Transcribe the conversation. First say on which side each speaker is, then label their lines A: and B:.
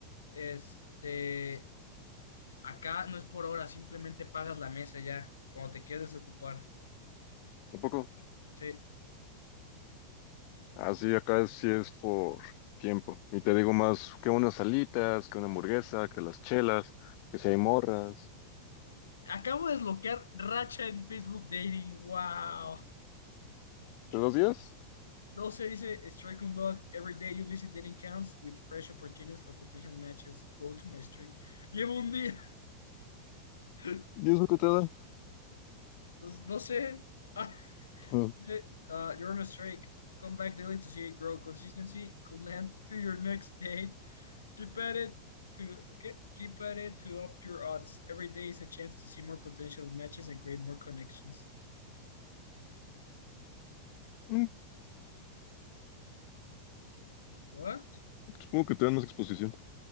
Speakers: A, on the left; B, on the left.
A: Este, acá no es por hora, simplemente pagas la mesa ya, cuando te quieres desocupar.
B: <laughs> un poco
A: Sí.
B: Así acá sí es por tiempo. Y te digo más que unas salitas, que una hamburguesa, que las chelas, que si hay morras.
A: Acabo de desbloquear Racha en Facebook Dating. ¡Wow!
B: ¿Pero los días?
A: No se dice Strike Unlocked. Every day you visit dating counts with fresh opportunities for potential matches. Go to my streak. Llevo un día. <laughs>
B: ¿Diez lo que te da?
A: Pues, no sé. <laughs>
B: Ujú.
A: Is it, Uh, you're on a streak. Come back daily to see it grow. Consistency could land to your next date. Keep at it to okay keep at it to up your odds. Every day is a chance to see more potential matches and create more connections.
B: Mm,
A: What?
B: supongo que te dan más exposición.